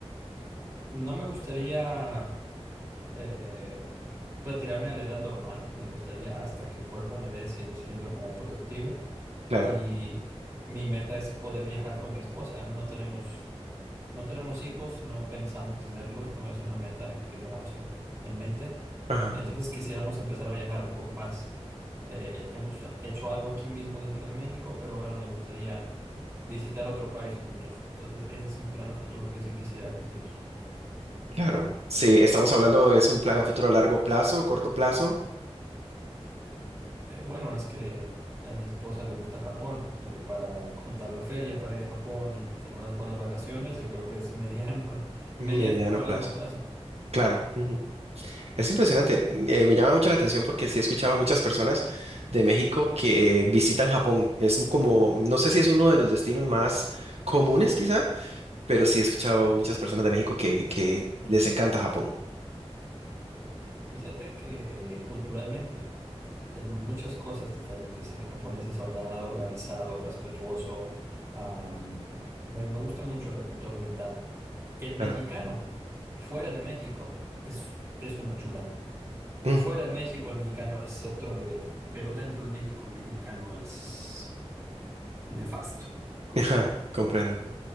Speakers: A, on the right; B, on the right.
A: No me gustaría eh, retirarme a la edad normal, me gustaría hasta que el cuerpo me dé seguir siendo como productivo
B: Claro.
A: Y mi meta es poder viajar con mi esposa. No tenemos, no tenemos hijos, no pensamos tenerlos, no es una meta que tengamos en, en mente.
B: Ajá,
A: Entonces quisiéramos empezar a viajar un poco más. Eh, hemos hecho algo aquí mismo dentro de México, pero ahora nos gustaría visitar otro país juntos. Entonces ese es un plan a futuro que sí quisiera cumplir.
B: claro. Sí, estamos hablando, es un plan a futuro a largo plazo, corto plazo,
A: Eh, bueno, es que a mi esposa le gusta Japón. eh, para juntar la feria, para ir a Japón y tener unas buenas vacaciones, yo creo que es mediano, <laughs>
B: mediano
A: mediano a largo
B: plazo.
A: plazo.
B: Claro. ujú. Es impresionante. eh, me llama mucho la atención porque sí he escuchado a muchas personas de México que visitan Japón. Es como, no sé si es uno de los destinos más comunes quizá pero sí he escuchado muchas personas de México que, que les encanta Japón.
A: Fíjate que culturalmente tenemos muchas cosas diferentes. El japonés es ordenado, organizado, respetuoso. am, me, me gusta mucho la cultura oriental. El mexicano,
B: Claro.
A: fuera de México, es, es una chulada.
B: Mm,
A: Fuera de México, el mexicano es otro nivel, pero dentro de México, el mexicano es... Nefasto.
B: ajá, comprendo.